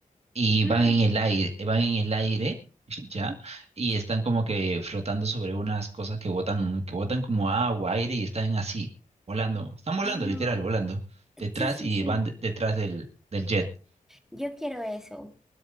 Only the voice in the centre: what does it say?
Mm,
ay, no.
Sí, sí,
sí.
Yo quiero eso.